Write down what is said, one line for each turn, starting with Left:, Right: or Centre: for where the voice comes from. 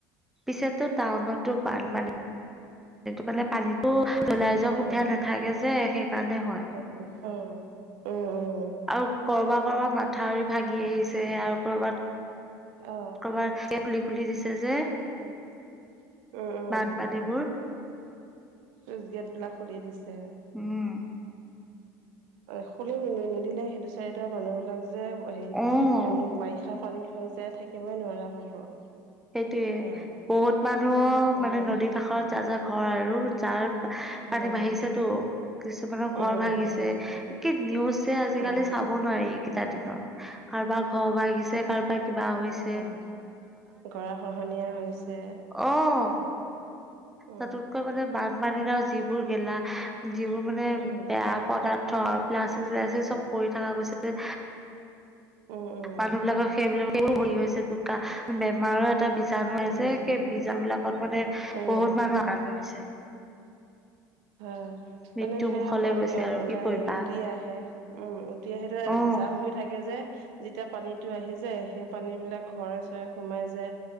Centre: পিছতো টাউনতো বানপানী মানে পানী ওলাই যোৱা
Right: উম
Centre: সুবিধা নাথাকে যে সেইকাৰণে হয়ঁ।
Right: অহো' উমঁ উমঁ।
Centre: আৰু কৰবা কৰবাত মাথাউৰি ভাগি আহিছে আৰু কৰবাত
Right: অ
Centre: কৰবাত গেট খুলি দিছে যে।
Right: উম উম উম
Centre: বানপানীবোৰ
Right: চুইচ গেট বিলাক খুলি দিছে।
Centre: উমঁ।
Right: খুলি নিদিলে সেইটো চাৰিডৰ মানুহ বিলাক যে হেৰি এ
Centre: অ
Right: বাৰিষাত। পানী হৈ যায় থাকিবই নোৱাৰা হ'ব।
Centre: সেইটোয়ে
Right: হয়
Centre: বহুত মানুহ
Right: উম
Centre: মানে নদীৰ কাষত যা যা ঘৰ আৰু যাৰ-
Right: হয়
Centre: পানী বাঢ়িছেতো কিছুমানৰ ঘৰ
Right: উম
Centre: ভাগিছে।
Right: উম
Centre: কি নিউজে আজিকালি
Right: উম
Centre: চাব নোৱাৰি এইকেইটা দিনত কাৰোবাক ঘৰ ভাগিছে কাৰোবাক কিবা হৈছে-
Right: হয়ঁ গৰাখহনীয়া হৈছে
Centre: অঁ'।
Right: উম
Centre: তাতোতকৈ মানে বানপানীত যিবোৰ গেলা যিবোৰ মানে
Right: উম
Centre: বেয়া পদাৰ- ধৰ পালাস্তিক চালাস্তিক পৰি থকা গৈছে যে
Right: অঁ অঁ'!
Centre: মানুহ বিলাকৰ সেইবিলাক সেইবোৰ হৰি হৈছে বোকা বেমাৰত এটা বীজাণুে
Right: উম
Centre: যে সেই বীজাণ বিলাকত মানে বহুত
Right: উম
Centre: মানুহ আক্ৰান্ত হৈছে
Right: অঁ! তেনে
Centre: মৃত্যু
Right: সেয়া
Centre: মুুখলে
Right: পানী
Centre: গৈছে আৰু
Right: ওলাই
Centre: কি কৰিবা
Right: আহি উটি আহে উমঁ উটি আহে
Centre: অ
Right: যাম হয়ঁ। থাকে যে যেতিয়া পানীতো আহি যায় সেই পানী বিলাক ঘৰ সোমাই যায়